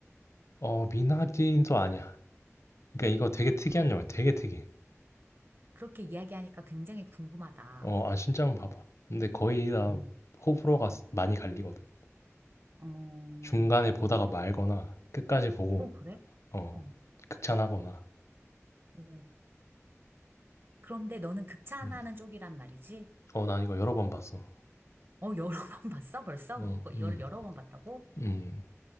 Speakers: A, on the left; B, on the right.
A: 어, 미나딘도 아니야. 그러니까 이거 되게 특이한
B: 아,
A: 영화야. 되게 특이해.
B: 그렇게 이야기하니까 굉장히 궁금하다.
A: 어, 아, 진짜 한번 봐봐. 근데 거의 다
B: 어,
A: 호불호가 스- 많이 갈리거든.
B: 어,
A: 중간에 보다가 말거나 끝까지 보고
B: 어, 그래?
A: 어,
B: 어,
A: 극찬하거나.
B: 어. 그런데 너는 극찬하는
A: 음.
B: 쪽이란 말이지?
A: 어, 난 이거 여러 번 봤어.
B: 어, 여러 <laughs> 번 봤어? 벌써?
A: 어,
B: 이거, 이거를
A: 음,
B: 여러 번 봤다고?
A: 음.